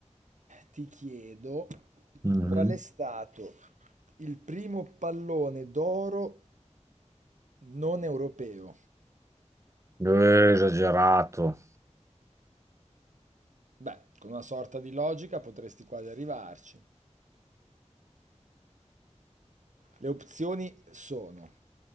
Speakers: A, on the right; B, on the right.
A: ti chiedo
B: Mhm.
A: qual è stato il primo pallone d'oro non europeo?
B: Eh, esagerato.
A: Beh, con una sorta di logica potresti quasi arrivarci. Le opzioni sono